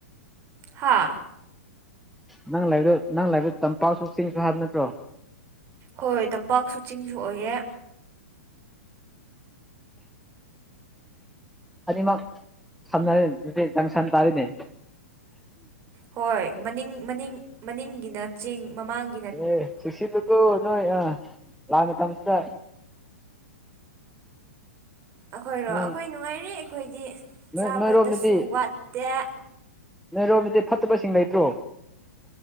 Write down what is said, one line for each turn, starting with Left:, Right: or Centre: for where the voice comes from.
Right: ꯍꯥꯥ
Centre: ꯅꯪ ꯂꯕꯗꯣ ꯅꯪ ꯂꯥꯏꯕꯗ ꯇꯝꯄꯥꯛꯁꯨ ꯆꯤꯡ ꯍꯥꯏꯕ ꯅꯠꯇ꯭ꯔꯣ
Right: ꯍꯣꯏ ꯍꯣꯏ ꯇꯝꯄꯥꯛꯁꯨ ꯆꯤꯡꯁꯨ ꯑꯣꯏꯑꯦ
Centre: ꯑꯗꯨꯃ ꯁꯝꯅꯔ ꯅꯨ ꯖꯪꯁꯟ ꯇꯥꯔꯤꯅꯦ
Right: ꯍꯣꯏ ꯃꯅꯤꯡ ꯃꯅꯤꯡ ꯃꯅꯤꯡꯒꯤꯅ ꯆꯦꯡ ꯃꯃꯥꯡ
Centre: ꯑꯦ ꯁꯁꯤꯂꯛꯇ ꯅꯣꯏ ꯑ ꯂꯥꯟ ꯇꯝꯁꯗ
Right: ꯑꯩꯈꯣꯏꯔꯣ
Centre: ꯅꯪ
Right: ꯑꯩꯈꯣꯏ ꯅꯨꯡꯉꯥꯏꯔꯤ ꯑꯩꯈꯣꯏꯗꯤ
Centre: ꯅꯣꯏ
Right: ꯆꯥꯕꯗꯁꯨ
Centre: ꯅꯣꯏꯔꯣꯝꯗꯗꯤ
Right: ꯋꯥꯠꯇꯦ
Centre: ꯅꯣꯏꯔꯣꯝꯗꯗꯤ ꯐꯠꯇꯕꯁꯤꯡ ꯂꯩꯇ꯭ꯔꯣ